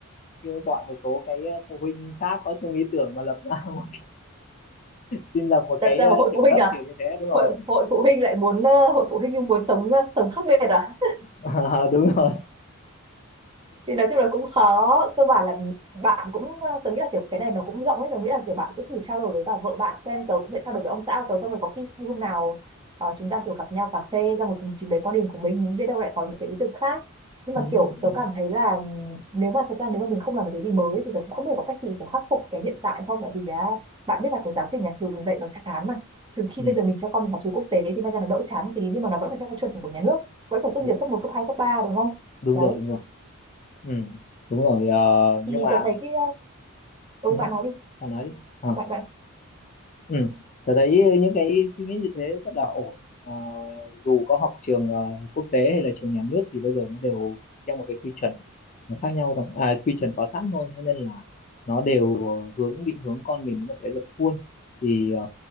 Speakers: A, on the left (about 35°); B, on the right (about 20°).
A: kêu gọi một số cái ờ, phụ huynh khác có chung ý tưởng mà lập ra <laughs> một cái xin lập một
B: đặt
A: cái
B: ra
A: ờ,
B: một hội
A: trường
B: phụ huynh
A: lớp
B: à?
A: kiểu như thế đúng rồi
B: Hội hội phụ huynh lại muốn ờ, hội phụ huynh nhưng muốn sống ờ, sống khác biệt à?
A: <laughs> đúng rồi
B: thì nói chung là cũng khó cơ bản là bạn cũng ờ, tớ nghĩ là kiểu cái này nó cũng rộng ấy tớ nghĩ là kiểu bạn cứ thử trao đổi với bà vợ bạn xem tớ cũng sẽ trao đổi với ông xã của tớ xong rồi có khi hôm nào ờ, chúng ta kiểu gặp nhau cà phê ra một cùng trình bày quan điểm của mình biết đâu lại có những cái ý tưởng khác nhưng mà
A: Ừ,
B: kiểu
A: đúng
B: tớ
A: rồi.
B: cảm thấy là nếu mà thật ra nếu mà mình không làm một cái gì mới thì tớ cũng không biết có cách gì để khắc phục cái hiện tại không tại vì đã bạn biết là cái giáo trình nhà trường dạy nó chán mà từ khi
A: ừ
B: bây giờ mình cho con mình học trường quốc tế thì may ra nó đỡ chán một tí nhưng mà nó vẫn phải theo chuẩn của nhà nước vẫn phải tốt
A: đú-
B: nghiệp cấp một cấp 2 cấp 3 đúng không
A: đúng
B: đấy
A: rồi đúng rồi ừ đúng rồi ờ,
B: thì
A: nhưng mà
B: tớ thấy cái ừ
A: ừ,
B: bạn nói đi
A: bạn nói đi Ờ,
B: bạn bạn
A: ừ tôi thấy những cái suy nghĩ như thế rất là ổn Ờ, dù có học trường ờ, quốc tế hay là trường nhà nước thì bây giờ nó đều theo một cái quy chuẩn nó khác nhau thôi à quy chuẩn có sẵn thôi thế nên là nó đều ờ, hướng định hướng con mình đến một cái dập khuôn thì ờ,